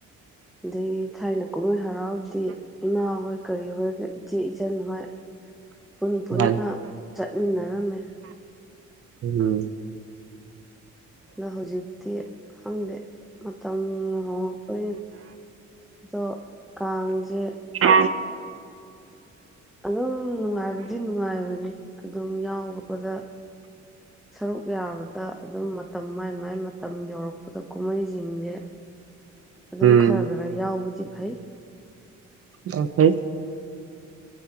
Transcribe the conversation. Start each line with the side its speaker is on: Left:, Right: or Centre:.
Centre: ꯑꯗꯒꯤ ꯊꯥꯏꯅ ꯀꯨꯝꯃꯩ ꯍꯔꯥꯎꯗꯤ ꯏꯃꯥ ꯍꯣꯏ ꯀꯔꯤ ꯍꯣꯏꯒ ꯏꯆꯦ ꯏꯆꯟ ꯍꯣꯏ ꯄꯨꯟ ꯄꯨꯟꯅ
Right: ꯃꯥꯅꯤ
Centre: ꯆꯠꯃꯤꯟꯅꯔꯝꯃꯦ
Right: ꯎꯝ
Centre: ꯅ ꯍꯧꯖꯤꯛꯇꯤ ꯈꯪꯗꯦ ꯃꯇꯝ ꯍꯣꯡꯉꯛ ꯄꯒꯤ ꯑꯗꯣ ꯀꯥꯡꯖꯦ
Right: <unintelligible>
Centre: ꯑꯗꯨꯝ ꯅꯨꯡꯉꯥꯏꯕꯗꯤ ꯅꯨꯡꯉꯥꯏꯕꯅꯤ ꯑꯗꯨꯝ ꯌꯥꯎꯕꯗ ꯁꯔꯨꯛ ꯌꯥꯕꯗ ꯑꯗꯨꯝ ꯃꯇꯝ ꯃꯥꯏ ꯃꯥꯏ ꯃꯇꯝ ꯌꯧꯔꯛꯄꯗ ꯀꯨꯝꯃꯩꯖꯤꯡꯖꯦ ꯑꯗꯨꯝ
Right: ꯎꯝ
Centre: ꯈꯔ ꯈꯔ ꯌꯥꯎꯕꯗꯤ ꯐꯩ
Right: ꯑꯣ ꯈꯦ